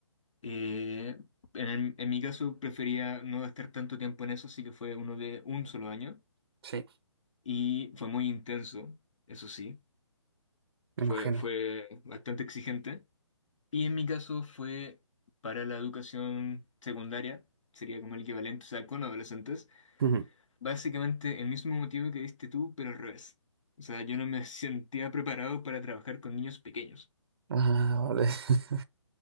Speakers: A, on the left (about 80°); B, on the right (about 50°).
A: Eh, en, el- en mi caso prefería no gastar tanto tiempo en eso, así que fue uno de un solo año
B: sí,
A: y fue muy intenso, eso sí,
B: me imagino.
A: fue, fue bastante exigente. Y en mi caso fue para la educación secundaria, sería como el equivalente, o sea, con adolescentes,
B: Ujú.
A: básicamente el mismo motivo que diste tú, pero al revés. O sea, yo no me sentía preparado para trabajar con niños pequeños.
B: Ah, vale. <laughs>